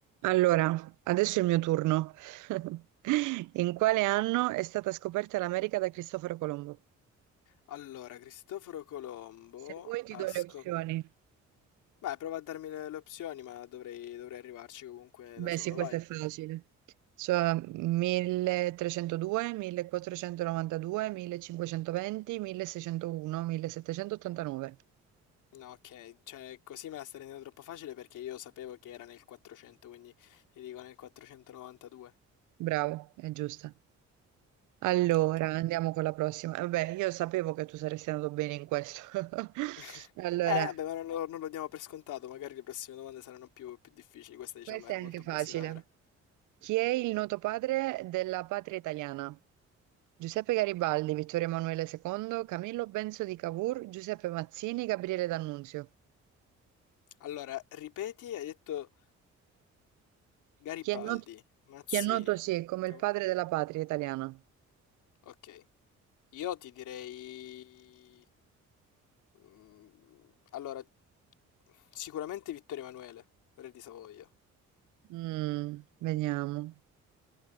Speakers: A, on the right (about 80°); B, on the left (about 85°).
A: Allora, adesso è il mio turno. <laughs> In quale anno è stata scoperta l'America da Cristoforo Colombo?
B: Allora, Cristoforo Colombo
A: Se vuoi ti
B: ha
A: do
B: scop-
A: le opzioni.
B: Vai, prova a darmi le, le opzioni, ma dovrei, dovrei arrivarci comunque
A: Beh,
B: da solo,
A: sì,
B: vai.
A: questo è facile. Cioè 1302, 1492, 1520, 1601, 1789.
B: No, ok, cioè così me la stai rendendo troppo facile perché io sapevo che era nel 400, quindi ti dico nel 492.
A: Bravo, è giusta. Allora,
B: Ok.
A: andiamo con la prossima. Eh, Vabbè, io sapevo che tu saresti andato bene in questo. <laughs>
B: <laughs>
A: Allora,
B: Eh, vabbè, ma non lo, non lo diamo per scontato, magari le prossime domande saranno più, più difficili, questa diciamo
A: questa
B: era
A: è anche
B: molto
A: facile.
B: basilare.
A: Chi è il noto padre della patria italiana? Giuseppe Garibaldi, Vittorio Emanuele II, Camillo Benso di Cavour, Giuseppe Mazzini, Gabriele D'Annunzio.
B: Allora, ripeti, hai detto Garibaldi,
A: Chi è noto,
B: Mazzini.
A: chi è noto, sì, come
B: Cav-
A: il padre della patria italiana?
B: Ok. Io ti direi... Mm, Allora, sicuramente Vittorio Emanuele, re di Savoia.
A: Mm, vediamo.